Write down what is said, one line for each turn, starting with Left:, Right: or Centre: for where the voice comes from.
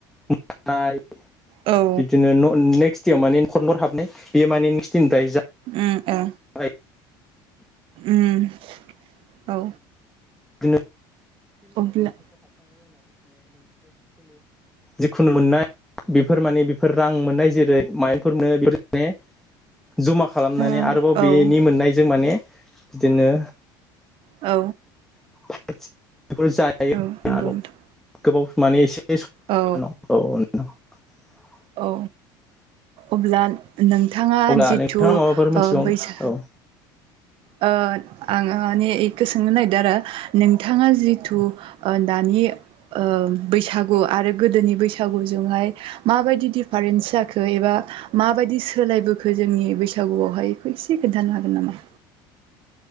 Centre: <unintelligible>
Right: ओ
Centre: बिदिनो न नेक्स्ट माने न'खर नख'र हाबनाय बेयो माने नेक्सट दिननिफ्राय
Right: उम ओ
Centre: जागायो
Right: उम औ।
Centre: <unintelligible>
Right: अब्ला
Centre: जिखुनु मोननाय बेफोर माने बेफोर रां मोननाय जेरै माइंफोर मोनो बेफोर माने जमा खालामनानै
Right: औ
Centre: आरोबाव
Right: औ
Centre: बेनि मोननायजों माने बिदिनो
Right: औ।
Centre: <inaudible> बेफोर जायो
Right: औ नंगौ
Centre: आरो
Right: नोंथां।
Centre: <unintelligible>
Right: औ औ अब्ला नोंथाङा
Centre: अब्ला
Right: जिथु
Centre: नोंथाङा
Right: ओ
Centre: माबाफोर मिथिबावनो
Right: बैस
Centre: औ
Right: ओ आं माने इखौ सोंनो नागिरदों आरो नोंथाङा जिथु ओ दानि ओ बैसागु आरो गोदोनि बैसागु जोंहाय माबायदि दिफारेन्स जाखो खो एबा माबायदि सोलायबोखो जोंनि बैसागुआवहाय बेखौ एसे खोन्थानो हागोन नामा?